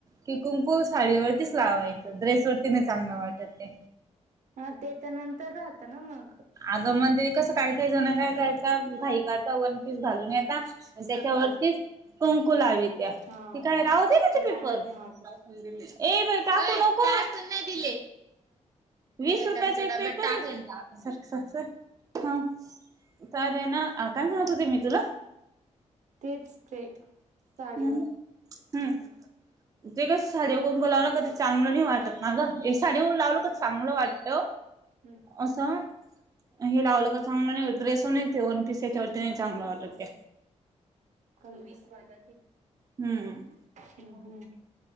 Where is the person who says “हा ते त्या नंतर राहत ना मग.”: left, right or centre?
Right